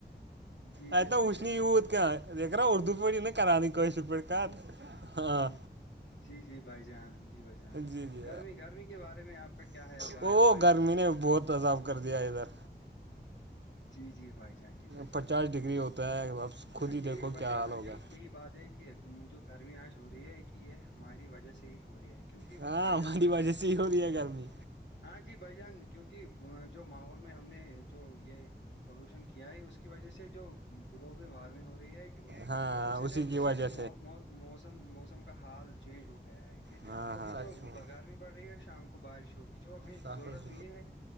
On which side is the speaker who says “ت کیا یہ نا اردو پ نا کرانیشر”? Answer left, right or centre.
Right